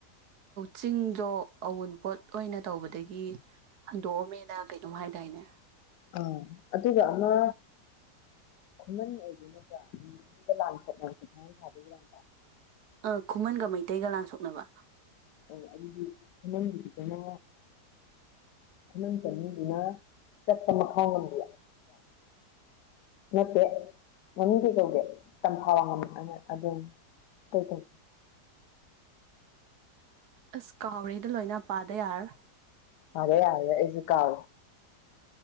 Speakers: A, on the right (about 70°); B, on the left (about 80°).
A: ꯆꯤꯡꯗꯣ ꯑꯋꯟꯄꯣꯠ ꯑꯣꯏꯅ ꯇꯧꯕꯗꯒꯤ ꯍꯟꯗꯣꯛꯑꯝꯃꯦꯅ ꯀꯩꯅꯣꯝ ꯍꯥꯏꯗꯥꯏꯅꯦ
B: ꯑꯥ ꯑꯗꯨꯒ ꯑꯃ ꯈꯨꯃꯟ ꯑꯣꯏꯗꯣꯏ ꯅꯠꯇ꯭ꯔꯥ ꯂꯥꯟꯊꯅꯕꯁꯤ ꯊꯥꯗꯣꯏꯒꯤꯔꯥꯟ
A: ꯑ ꯈꯨꯃꯟꯒ ꯃꯩꯇꯩꯒ ꯂꯥꯟ ꯁꯣꯛꯅꯕ
B: ꯑꯣ ꯑꯗꯨꯗꯤ ꯅꯪꯒꯤꯗꯤ ꯀꯩꯅꯣ ꯈꯨꯃꯟ ꯆꯅꯤꯡꯗꯨꯅ ꯆꯠꯄ ꯃꯈꯥ ꯉꯝꯕꯤ ꯅꯠꯇꯦ ꯃꯃꯤꯡ ꯀꯩ ꯀꯧꯗꯦ ꯇꯝꯐꯥ ꯋꯥ ꯉꯝꯃꯅ ꯑꯗꯨꯝ ꯀꯩꯧꯒꯦ
A: ꯑꯁ ꯀꯥꯎꯔꯦꯗ ꯂꯣꯏꯅ ꯄꯥꯗ ꯌꯥꯔꯣ
B: ꯑꯔꯦ ꯌꯥꯔꯦ ꯑꯦꯁꯨ ꯀꯥꯔꯦ